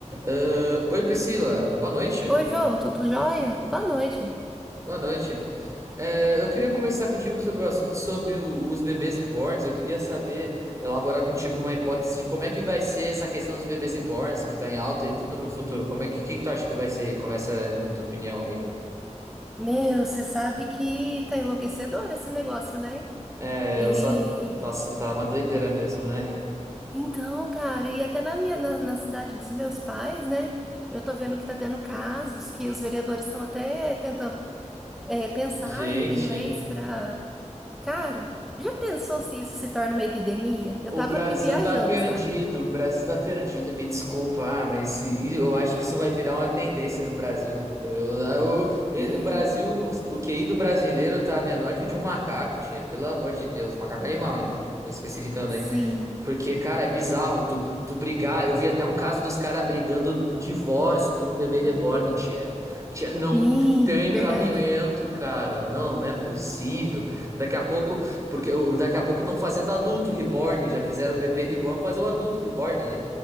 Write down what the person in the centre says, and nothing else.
Oi, João, tudo jóia? Boa noite.
Meu, você sabe que tá enlouquecedor esse negócio, né?
E
então, cara, e até na minha na, na cidade dos meus pais, né? Eu tô vendo que tá tendo casos que os vereadores estão até tentando é, pensar
em, em leis pra. Cara, já pensou se isso se torna uma epidemia?
Eu tava
aqui viajando,
sabe?
E-
Sim,
sim,
verdade.